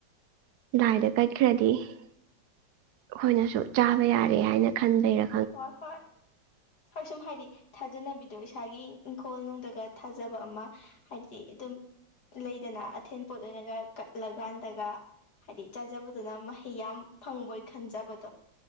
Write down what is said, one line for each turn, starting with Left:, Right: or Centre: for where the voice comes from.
Right: ꯂꯥꯏꯗ ꯀꯠꯈ꯭ꯔꯗꯤ ꯑꯩꯈꯣꯏꯅꯁꯨ ꯆꯥꯕ ꯌꯥꯔꯦ ꯍꯥꯏꯅ ꯈꯟꯕꯩꯔ
Left: ꯍꯣ ꯍꯣꯏ ꯍꯣꯏ ꯁꯨꯝ ꯍꯥꯏꯗꯤ ꯊꯥꯖꯅꯕꯤꯗꯣ ꯏꯁꯥꯒꯤ ꯏꯪꯈꯣꯜꯅꯨꯡꯗꯒ ꯊꯥꯖꯕ ꯑꯃ ꯍꯥꯏꯗꯤ ꯑꯗꯨꯝ ꯂꯩꯗꯅ ꯑꯊꯦꯟ ꯄꯣꯠ ꯑꯣꯏꯅꯒ ꯀꯠꯂꯀꯥꯟꯗꯒ ꯍꯥꯏꯗꯤ ꯆꯥꯖꯕꯗꯨꯒ ꯃꯍꯩ ꯌꯥꯝ ꯐꯪꯕꯣꯏ ꯈꯟꯖꯕꯗꯣ